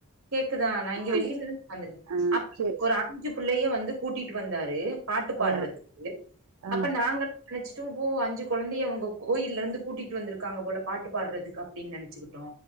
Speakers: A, on the right; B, on the right.
A: கேக்குதா நா இங்க
B: ஆ,
A: வெளிலதா உக்கார்ந்திருக்கே
B: ஆ,
A: அப்ப
B: சரி
A: <inaudible> அஞ்சு பிள்ளைய வந்து கூட்டிட்டு வந்தாரு பாட்டு பாடுறதுக்கு
B: ஆ, ஆ,
A: அப்ப நாங்க நெனைச்சோ ஓ அஞ்சு கொழந்தைய அவுங்க கோயில்லருந்து கூட்டிட்டு வந்திருக்காங்க போல பாட்டு பாடுறதுக்கு அப்டின்னு நெனைச்சுகிட்டோ